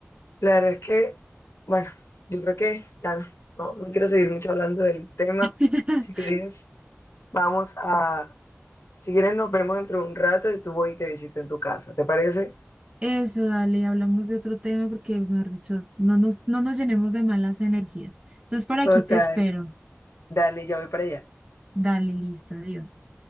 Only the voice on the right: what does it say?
<laughs>
Eso, dale, hablamos de otro tema porque, mejor dicho, no nos, no nos llenemos de malas energías. Entonces, por
aquí te espero.
Dale, listo, adiós.